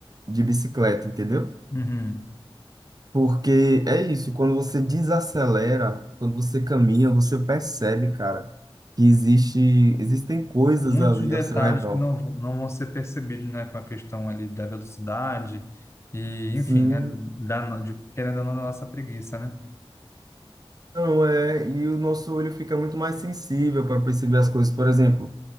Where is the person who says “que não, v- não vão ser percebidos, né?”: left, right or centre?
Left